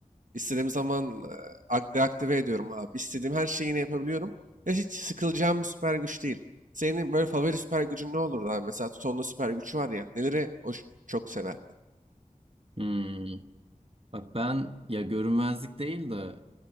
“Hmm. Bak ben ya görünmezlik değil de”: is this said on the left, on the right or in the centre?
Right